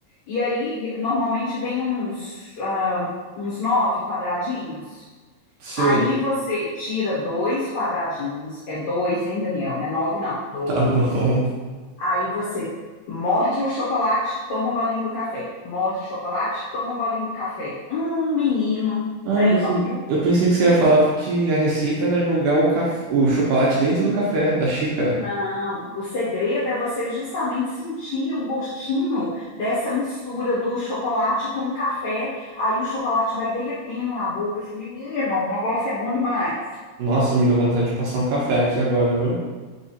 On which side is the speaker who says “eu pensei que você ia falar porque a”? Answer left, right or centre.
Right